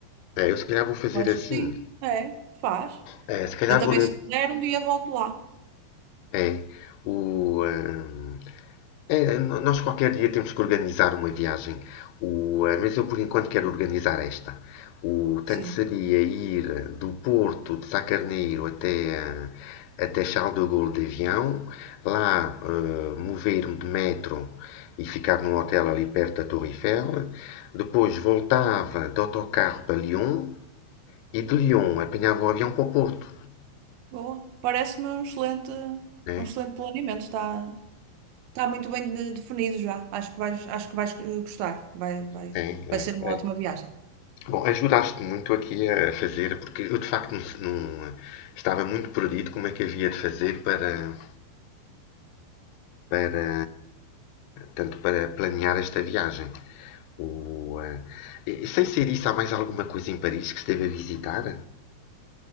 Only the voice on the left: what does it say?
É, eu se calhar vou fazer
assim.
É, se calhar
vou.
É, o, hum, é, nós qualquer dia temos que organizar uma viagem. O, ah, mas eu por enquanto quero organizar esta. O
tanto seria ir do Porto de Sacarneiro até, ah, até Charles de Gaulle de avião, lá ah, mover-me de metro e ficar num hotel ali perto da Torre Eiffel. Depois voltava de autocarro para Lyon, E de Lyon apanhava o avião para o Porto,
né?
É,
é,
é.
Bom, ajudaste muito aqui a fazer, porque eu de facto não, não- estava muito perdido como é que havia de fazer para, para tanto para planear esta viagem. O, eh, e- sem ser isso, há mais alguma coisa em Paris que esteve a visitar?